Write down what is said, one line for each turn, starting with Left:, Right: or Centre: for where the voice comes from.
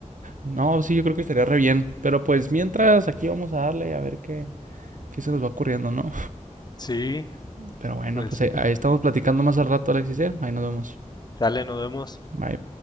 Right: No, sí, yo creo que estaría re bien. Pero pues mientras aquí vamos a darle a ver qué, qué se nos va ocurriendo, ¿no?
Left: Sí,
Right: Pero bueno,
Left: pues
Right: pues
Left: sí.
Right: ahí, ahí estamos platicando más al rato, Alexis. ¿eh? Ahí nos vemos.
Left: Dale, nos vemos.
Right: Bye.